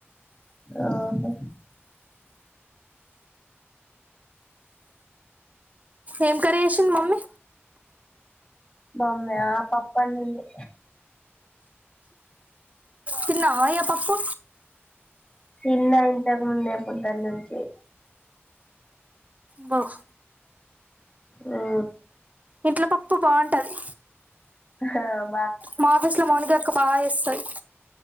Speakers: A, on the left (about 25°); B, on the right (about 35°).
A: ఆహ
B: ఏం కర్రీ ఏషింది మమ్మి?
A: మామ్మే ఆ పప్పండింది.
B: తిన్నవా, ఏ పప్పు?
A: తిన్నా ఇంతకు ముందే పొద్దన్నుంచీ.
B: బాహ్
A: ఆ
B: ఇంట్లో పప్పు బోన్ టది
A: హా
B: మా ఆఫీస్ లో మౌనిక అక్క బా చేస్తది.